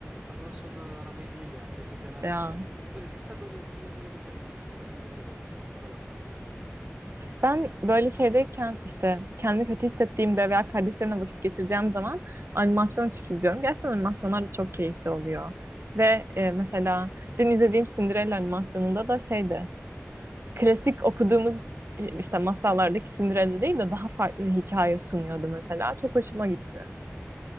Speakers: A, on the right; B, on the right.
A: Animasyonlarla aram iyi değil ya. Çok izlemezdim
B: Ya.
A: yani. Böyle kısa böyle filmler izlerdim ben. Kısa filmler olurdu falan onlara bakardım.
B: Ben böyle şeydeyken işte kendimi kötü hissettiğimde veya kardeşlerimle vakit geçireceğim zaman animasyon açıp izliyorum. Gerçekten animasyonlar da çok keyifli oluyor. Ve e, mesela dün izlediğim Cinderella animasyonunda da şeydi. Klasik okuduğumuz e, işte masallardaki Cinderella değil de daha farklı bir hikaye sunuyordu mesela. Çok hoşuma gitti.